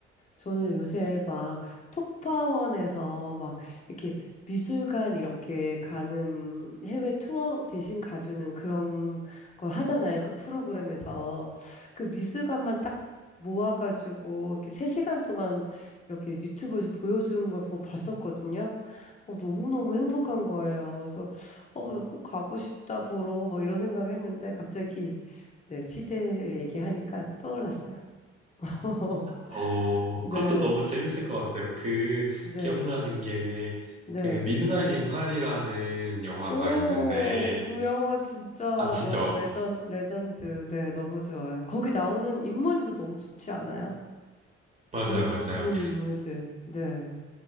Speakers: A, on the left; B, on the right.
A: 저는 요새 막 톡파원에서 막 이렇게 미술관 이렇게 가는 해외 투어 대신 가주는 그런 걸 하잖아요. 그 프로그램에서 그 미술관만 딱 모아가지고 이렇게 세시간 동안 이렇게 유튜브에서 보여주는 걸 보- 봤었거든요. 어, 너무너무 행복한 거예요. 그래서 어, 나꼭 가고 싶다 보러 막 이런 생각했는데 갑자기 네, 시대를 얘기하니까 떠올랐어요. <laughs>
B: 어,
A: 네.
B: 그것도 너무 재밌을 것 같아요. 그,
A: 네.
B: 기억나는 게,
A: 네.
B: 그, 미드나잇 인 파리라는 영화가
A: 오,
B: 있는데,
A: 그 영화 진짜
B: 아시죠?
A: 너무 레전, 레전드. 네, 너무 좋아요. 거기 나오는 인물들도 너무 좋지 않아요?
B: 맞아요,
A: 너무 재밌는
B: 맞아요.
A: 인물들. 네.